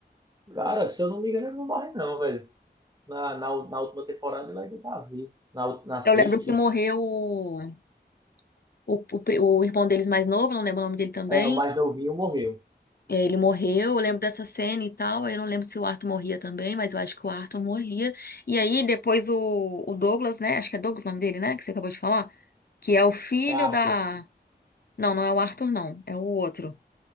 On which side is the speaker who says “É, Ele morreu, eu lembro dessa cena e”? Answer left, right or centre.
Left